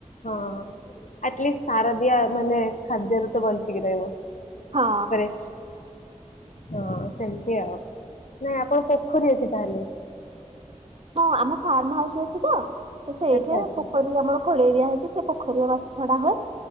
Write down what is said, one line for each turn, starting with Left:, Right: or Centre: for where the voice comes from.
Left: ହଁ ଆଟଲିଷ୍ଟ ସାରଦିଆ ମାନେ ଖାଦ୍ୟରୁ ତ ବଞ୍ଚିକି ରହିବ।
Right: ହଁ।
Left: ପରେ ହଁ ସେମିତି ଆଉ ନାଇଁ ଆପଣ ପୋଖରୀ ଅଛି ତାହେଲେ
Right: ହଁ ଆମ ଫାର୍ମ ହାଉସ ଅଛି ତ ସେଇଠେ
Left: ଆଚ୍ଛା ଆଚ୍ଛା
Right: ପୋଖରୀ ଆମର ଖୋଳେଇ ଦିଆ ହେଇଛି ସେ ପୋଖରୀଆ ବାସ ଛଡା ହୁଏ।